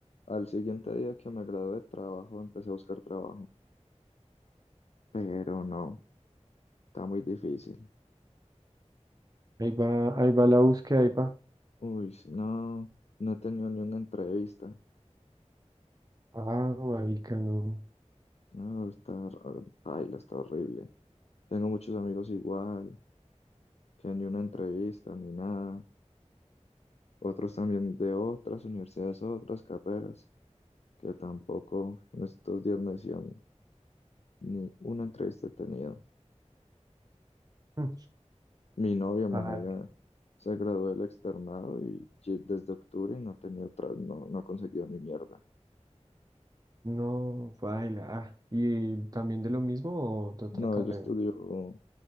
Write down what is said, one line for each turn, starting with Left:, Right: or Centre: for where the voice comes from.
Left: al siguiente día que me gradué de trabajo, empecé a buscar trabajo. Pero no, está muy difícil.
Right: Ahí va, ahí va la búsqueda, ahí va.
Left: Uy, sí, no, no he tenido ni una entrevista.
Right: Ah, marica, no.
Left: No, está, hor- paila, está horrible. Tengo muchos amigos igual, que ni una entrevista, ni nada. Otros también de otras universidades, otras carreras. que tampoco en estos días me decían ni una entrevista he tenido.
Right: Mm,
Left: Mi novia, mi
Right: baila,
Left: novia se graduó del externado y ye- desde octubre y no ha tenido otra, no, no ha conseguido ni mierda.
Right: no, baila. Ah, y también de lo mismo o de otra
Left: No,
Right: carrera.
Left: yo estudio